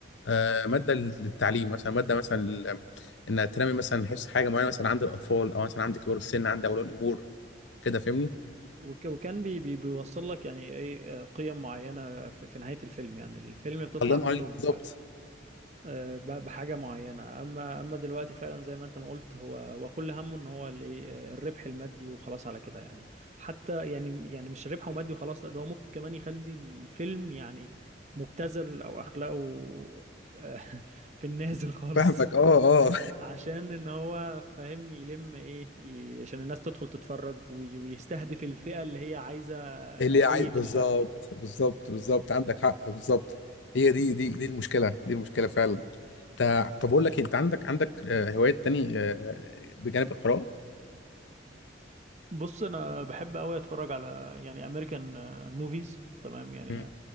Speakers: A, on the left (about 75°); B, on the right (about 35°).
A: آه ماده للتعليم مثلا ماده مثلا لل- انها تنمي مثلا حس حاجه معينه مثلا عند الاطفال او مثلا عند كبار السن عند اولياء الامور كده فاهمني
B: وك- وكان بي بي بيوصل لك يعني ايه آه، قيم معينه في, في نهايه الفيلم يعني الفيلم بتطلع
A: الله ينور
B: منه
A: عليك بالظبط
B: ب- آه، ب- بحاجه معينه اما اما دلوقتي فعلا زي ما انت ما قلت هو هو كل همه ان هو ال- إيه، الربح المادي وخلاص على كده يعني حتى يعني يعني مش ربحه مادي وخلاص لا ده هو ممكن كمان يخلي الفيلم يعني مبتذل او اخلاقه آه، <laughs> في النازل خالص
A: فاهمك اه اه
B: عشان ان هو فاهم يلم ايه ي- عشان الناس تدخل تتفرج وي- ويستهدف الفئة اللي هي عايزة
A: اللي
B: نوعية
A: عايز بالظبط
B: الأف
A: بالظبط بالظبط عندك حق بالظبط هي دي دي دي المشكله دي المشكله فعلا تا- طب اقول لك إيه، انت عندك عندك آه، هوايات تاني آه، بجانب القراءه
B: بص انا بحب قوي اتفرج على يعني امريكان موفيز تمام يعني
A: مم.
B: آه،